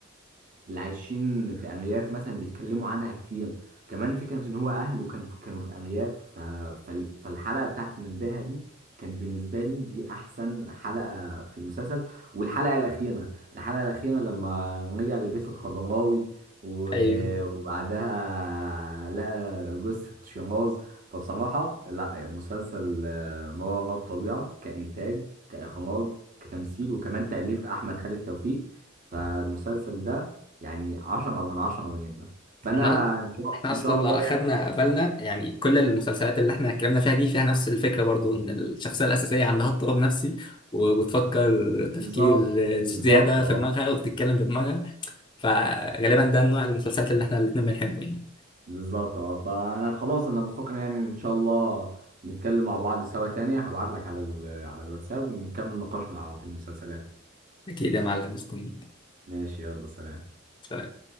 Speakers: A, on the right (about 40°); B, on the left (about 25°).
A: اللي عايشين في أرياف مثلا بيتكلموا عنها كتير كمان فكرة إن هو أهله كان كانوا في أرياف ف... فال- فالحلقة بتاعت نداها دي كان بالنسبة لي دي أحسن حلقة في المسلسل والحلقة الأخيرة الحلقة الأخيرة لما رجع لبيت الخضراوي و-
B: ايوه
A: وبعدها لقى جثة شيراز فبصراحة لا يعني مسلسل آه، ما وراء الطبيعة كإنتاج كإخراج كتمثيل وكمان تأليف أحمد خالد توفيق فالمسلسل ده يعني عشرة من عشرة بنجمة فأنا
B: احنا
A: إن شاء
B: احنا
A: إن
B: اصلا
A: شاء الله
B: لو اخدنا
A: يعني
B: بالنا يعني كل المسلسلات اللي احنا اتكلمنا فيها دي فيها نفس الفكره برضو ان الشخصيه الاساسيه عندها اضطراب نفسي وبتفكر تفكير
A: بالظبط بالظبط
B: زياده
A: أه
B: في دماغها وبتتكلم بدماغها فغالبا ده النوع المسلسلات اللي احنا الاتنين بنحبه يعني
A: بالظبط أه فأنا خلاص أنا بفكر يعني إن شاء الله نتكلم مع بعض سوا تاني هبعت لك على ال... على الواتساب ونكمل نقاشنا في المسلسلات
B: اكيد يا معلم مستنيك
A: ماشي يلا سلام
B: سلام.